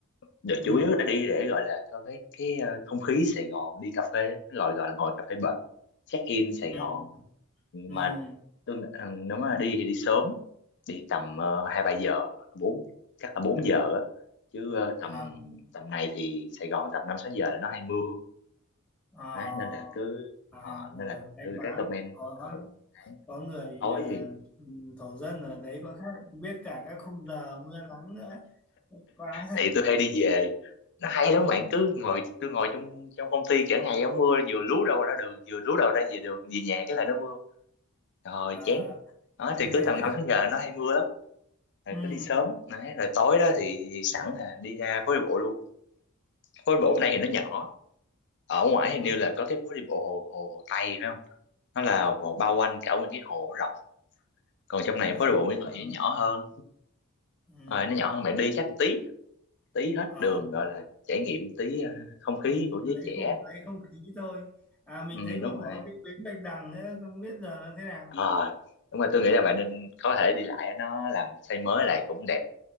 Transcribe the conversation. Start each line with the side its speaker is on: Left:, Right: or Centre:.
Left: được
Centre: ừ,
Left: chủ yếu là đi để gọi là có cái cái ờ, không khí Sài Gòn đi cà phê á, cái gọi gọi là ngồi cà phê bệt check in Sài
Centre: ừ,
Left: Gòn mà
Centre: ừ,
Left: tôi nghĩ- ừ, nếu mà đi thì đi sớm đi tầm ờ, hai ba giờ bốn chắc là bốn giờ á chứ ờ, tầm
Centre: à,
Left: tầm này thì Sài Gòn tầm năm sáu giờ là nó hay mưa
Centre: à,
Left: đấy, nên là cứ
Centre: à,
Left: ờ,
Centre: rồi
Left: nên là
Centre: may
Left: tôi
Centre: quá
Left: recommend
Centre: có
Left: ờ, đấy.
Centre: có người
Left: tối
Centre: à,
Left: thì
Centre: thổ dân ở đấy có khác biết cả các khung giờ mưa nắng nữa may quá
Left: tại vì tôi hay đi về nó hay lắm
Centre: ừ,
Left: bạn cứ ngồi tôi ngồi trong trong công ty cả ngày không mưa vừa lú đầu ra đường vừa lú đầu ra về đường về nhà cái là nó mưa rồi
Centre: à,
Left: chán đó thì
Centre: <laughs>
Left: cứ tầm năm tháng giờ nó hay mưa lắm rồi
Centre: ừ,
Left: cứ đi sớm đấy, rồi tối đó thì sẵn
Centre: ừ,
Left: là đi ra phố đi bộ luôn phố
Centre: ừ,
Left: đi bộ hôm nay thì nó nhỏ ở ngoài hình
Centre: ừ,
Left: như là có cái phố đi bộ hồ hồ hồ Tây phải không nó là một bao quanh cả nguyên cái hồ rộng còn trong
Centre: đúng
Left: này phố
Centre: rồi
Left: đi bộ Nguyễn Huệ
Centre: Ờ,
Left: thì nó nhỏ hơn
Centre: ừ,
Left: rồi nó nhỏ hơn bạn đi chắc một tí tí hết
Centre: à,
Left: đường gọi là trải nghiệm tí ờ, không
Centre: mình
Left: khí của giới
Centre: lấy
Left: trẻ
Centre: không lấy không khí thôi à mình
Left: ừ,
Centre: thấy
Left: đúng
Centre: còn
Left: rồi
Centre: có cái bến Bạch Đằng nữa không biết giờ nó thế nào
Left: Ờ, đúng rồi tôi nghĩ là bạn nên có thể đi lại nó làm xây mới lại cũng đẹp